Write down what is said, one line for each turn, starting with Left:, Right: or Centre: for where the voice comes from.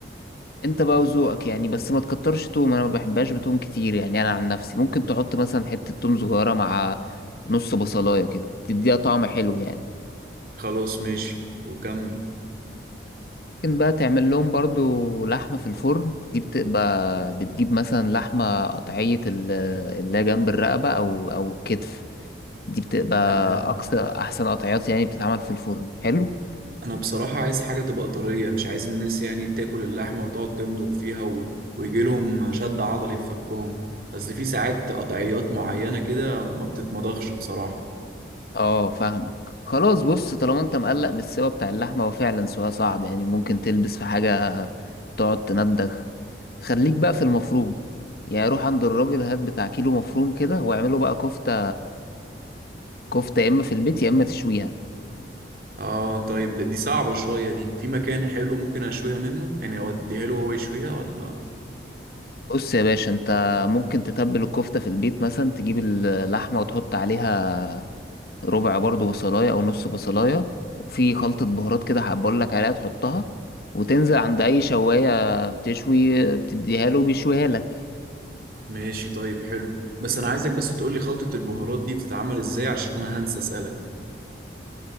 Left: انت بقى وذوقك يعني بس ما تكترش توم انا ما بحبهاش بتوم كتير يعني انا عن نفسي ممكن تحط مثلا حتة توم صغيرة مع نص بصلاية كده تديها طعم حلو يعني
Right: خلاص ماشي وكمل
Left: ممكن بقى تعمل لهم برضو لحمة في الفرن دي بتبقى بتجيب مثلا لحمة قطعية ال- اللي هي جنب الرقبة او او الكتف دي بتبقى
Right: تمام
Left: اقصى احسن قطعيات يعني بتتعمل في الفرن حلو
Right: انا بصراحة عايز حاجة تبقى طرية مش عايز الناس يعني تاكل اللحمة وتقعد تمضغ فيها و... ويجي لهم شد عضلي في فكهم اصل في ساعات قطعيات معينة كده ما بتتمضغش بصراحة
Left: اه فاهمك خلاص بص طالما انت مقلق من السوا بتاع اللحمة هو فعلا سوا صعب يعني ممكن تلبس في حاجة تقعد تندخ خليك بقى في المفروم يعني روح عند الراجل هات بتاع كيلو مفروم كده واعمله بقى كفتة كفتة يا اما في البيت يا اما تشويها
Right: اه طيب ده دي صعبة شوية دي في مكان حلو ممكن اشويها منه يعني اوديها له هو يشويها ولا
Left: بص يا باشا انت ممكن تتبل الكفتة في البيت مثلا تجيب اللحمة وتحط عليها ربع برضو بصلاية أو نص بصلاية وفي خلطة بهارات كده هبقول لك عليها تحطها وتنزل عند أي شواية بتشوي بتديها له بيشويها لك
Right: ماشي طيب حلو بس انا عايزك بس تقولي خلطة البهارات دي بتتعمل ازاي عشان انا هنسى اسألك